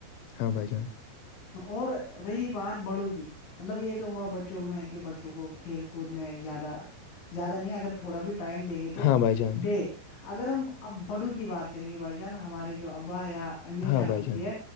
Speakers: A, on the left; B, on the left.
A: ہاں بھائی جان
B: اور رہی بات بڑو گی مطلب یہ تو ہوا بچوں میں کہ بچوں کو کھیل کود میں زیادہ زیادہ نہیں اگر تھوڑا بھی ٹائم دیں گے تو
A: ہاں بھائی جان
B: دے اگر ہم اب بڑو کی بات کریں گے بھائی جان ہمارے جو ابا یا امی
A: ہاں
B: جان
A: بھائی
B: ہوتی ہے